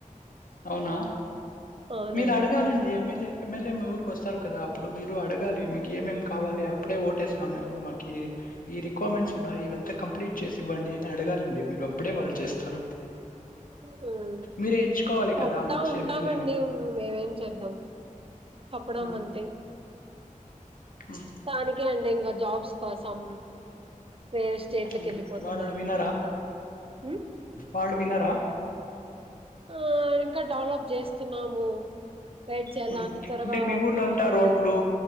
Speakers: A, on the left (about 85°); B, on the right (about 40°).
A: అవునా
B: అవునండి
A: మీరు అడగాలండి ఎమ్మెల్యే ఎమ్మెల్యే మీ ఊరికి వస్తారు కదా ఇప్పుడు మీరు అడగాలి మీకేమేం మ్ కావాలి అప్పుడే ఓటేస్తాం మేము మాకి ఈ రిక్వర్మెట్స్ ఉన్నాయి ఇవింత కంప్లీట్ చేసి ఇవ్వండి అని అడగాలండి మీరు అప్పుడే వాళ్ళు చేస్తారు
B: హు హుమ్
A: మీరే ఎంచుకోవాలి
B: పపుతా
A: కదా! మంచి
B: ఉంటామండి
A: ఎమ్మెల్యేని.
B: మేమేం చేద్దాం పంపడం
A: ఆ!
B: అంతే
A: హ్మ్.
B: తానికే అం డి ఇంగ జాబ్స్ కోసం వేరే స్టేట్లకి
A: హ్మ్.
B: వెళ్ళిపోతున్నారు
A: వాళ్ళు వినరా?
B: ఎంత హు
A: వాళ్ళు వినరా
B: ఆ డింక డెవలప్ చేస్తున్నాము గైడ్ చేయాలా
A: హు
B: అంత త్వరగా
A: అంటే మీ ఊర్లో అంతా
B: కంపెనీ
A: రోడ్లు